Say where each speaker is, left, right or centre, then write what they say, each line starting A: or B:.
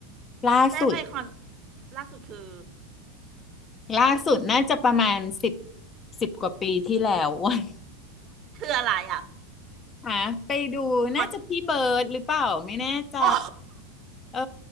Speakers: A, on the left; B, on the right.
A: ล่าสุด
B: ได้ไปคอนล่าสุดคือ
A: ล่าสุดน่าจะประมาณสิบสิบกว่าปีที่แล้ว <laughs> อวัน
B: คืออะไรอ่ะ
A: หาไปดูน่าจะพี่เบิร์ดหรือเปล่าไม่แน่ใจ
B: คอนโอ้
A: เอ